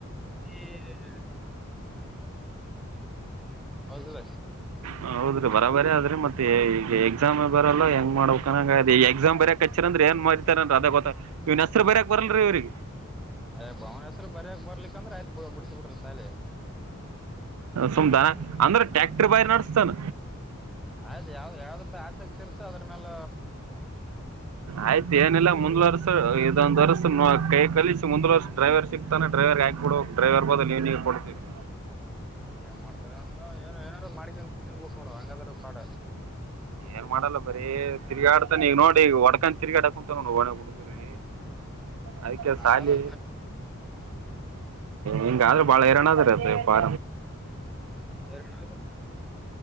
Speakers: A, in the centre; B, on the right (about 80°).
A: <unintelligible> ಹೌದ
B: ಹ ಹೌದ್ರಿ ಬರ ಬರ ಅ ಆದ್ರೆ ಮತ್ತೆ ಈಗ ಎಕ್ಸಾಮ್ ಬರಲ್ಲ ಹೆಂಗ ಮಾಡ್ಬೇಕ ಈ ಎಕ್ಸಾಮ್ ಬರ ಕಚ್ಚರ್ ಅಂದ್ರ ಏನ್ ಮಾಡತಾರ ಅಂತ ಅದ ಗೊತ್ತಾ ಹೆಸರು ಬರಕ್ ಬರಲ್ಲಲ್ರಿ ಇವ್ರಿಗ
A: ಅ ಭಾವನೇಶ್ವರ ಬರ್ಯಾಕ ಬರ್ಲಿಕ ಅಂದ್ರ ಬಿಡ್ಸಿ ಬಿಡುದ ಶಾಲಿ
B: ಸುಮ್ದಾನ ಅಂದ್ರ ಟ್ಯಾಕ್ಟ್ರ ಬಾರಿ ನಡಸ್ತಾನ.
A: ಅದ ಯಾವ್ದ ಯಾವ್ದ ಆಸಕ್ತಿ ಇರ್ತ ಅದ್ರ ಮ್ಯಾಲ
B: ಆಯ್ತ ಏನಿಲ್ಲ ಮುಂದಲರ್ಸ ಇದ ಒಂದ ವರ್ಷ ಕೈ ಕಲಸಿ ಮುಂದ ವರ್ಷ ಡ್ರೈವರ್ ಸಿಕ್ತಾನ ಡ್ರೈವರ್ಗೆ ಹಾಕಿಬಿಡ ಡ್ರೈವರ್ ಬದಲ ನೀನೂ ಇರಬಾಡದ ಇಲ್ಲಿ
A: ಏನ್ ಮಾಡ್ತಾರ ಅಂತ ಏನೋ <unintelligible> ಹಂಗಾದ್ರ ಪಾಡ
B: ಏನ್ ಮಾಡಲ್ಲ ಬರಿ ತಿರ್ಗಾಡ್ತಾನ ಈಗ ನೋಡಿ ಹೋಡಕ ತಿರ್ಗಾಡ ಕುಂತ ನೋ ಒಣೆ ಗ ಹುಡುಗರಿಗಿ ಅದಕ್ಕೆ
A: ಹಂಗಾದ್ರ
B: ಸಾಲಿ ಹಿಂಗಾದ್ರ ಬಾಳ ಹೈರಾಣದ ರೀ ಪಾ
A: ನ <unintelligible>